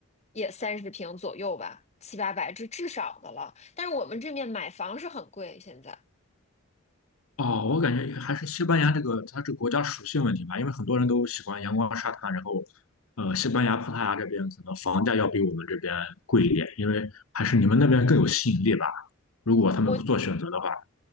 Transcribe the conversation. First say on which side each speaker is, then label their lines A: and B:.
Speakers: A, on the left; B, on the left.
A: 也三十平左右吧，七八百，这至少的了。但是我们这面买房是很贵，现在。
B: 哦，我感觉还是西班牙这个它这个国家属性问题吧，因为很多人都喜欢阳光沙滩，然后，呃，西班牙、葡萄牙这边可能房价要比我们这边贵一点，因为还是你们那边更有吸引力吧。如果他们做选择的话，
A: 我。